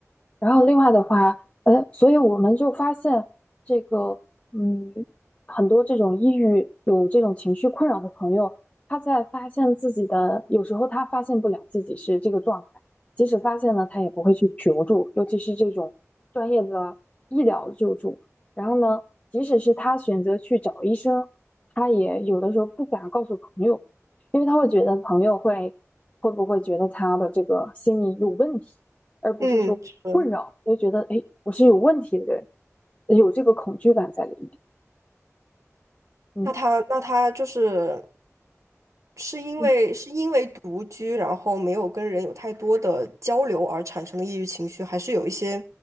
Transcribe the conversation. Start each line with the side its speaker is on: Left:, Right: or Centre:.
Left: 然后另外的话，呃，所以我们就发现这个，嗯，很多这种抑郁有这种情绪困扰的朋友，他在发现自己的，有时候他发现不了自己是这个状态，即使发现了，他也不会去求助，尤其是这种专业的医疗救助。然后呢，即使是他选择去找医生，他也有的时候不敢告诉朋友，因为他会觉得朋友会会不会觉得他的这个心理有问题。而不是说困扰，
Right: 嗯，是
Left: 就觉得哎，我是有问题的人，有这个恐惧感在里面。嗯，
Right: 那他那他就是是因为是因为独居，
Left: 嗯，
Right: 然后没有跟人有太多的交流而产生的抑郁情绪，还是有一些，